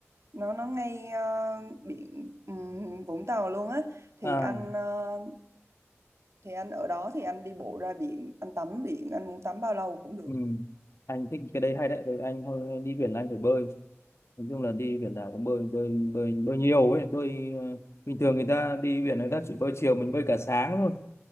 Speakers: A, on the right; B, on the left.
A: nó nó ngay ờ, biển ừm, Vũng Tàu luôn á. Thì
B: À,
A: anh ờ, thì anh ở đó thì anh đi bộ ra biển, anh tắm biển, anh muốn tắm bao lâu cũng được.
B: ừ. Anh thích cái đấy hay đấy. Ừ, anh thôi đi biển là anh phải bơi. Nói chung là đi biển nào cũng bơi, bơi, bơi, bơi nhiều ấy. Bơi ờ, bình thường người ta đi biển người ta chỉ bơi chiều, mình bơi cả sáng thôi.